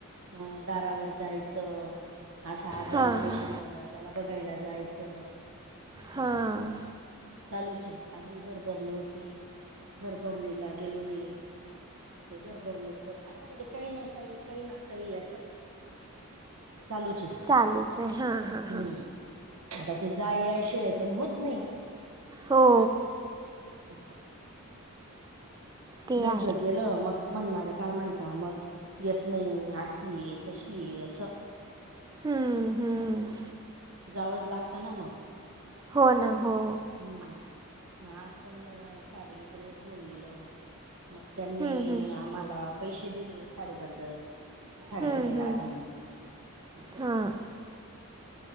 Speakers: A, on the right (about 85°); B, on the right (about 20°).
A: अं दारावर जायचं. असा आजारी
B: हां
A: पेशंट
B: हां
A: राहिला त्याला बघायला जायचं.
B: हां
A: अस चालूचय, अजून घर भरणी होती. घरभरणीला गेलो नाही. ते घरभरणीचं, असं म्हणजे काही नाही काही, काही ना काही असतं. चालूच आहे.
B: चालूच हाय हां हां
A: हम्म
B: हां
A: आता ते जाय याय शिवाय पण होत नाही.
B: हो.
A: <unintelligible>
B: ते
A: नाही
B: आहे
A: ग गेलं म म्हणणारे काय म्हणता मग येत नाही अशी ये तशी ये असं
B: हम्म हम्म
A: जावंच लागतं ना मग.
B: हो ना हो.
A: हम्म म आज पण म साडी ड्रेस घेऊन गेलो मग. त्यांनी
B: हम्म हम्म
A: आम्हाला पैसे दिले साडीबद्दल. साडी
B: हम्म
A: घ्यायला
B: हम्म
A: अजून अस.
B: हां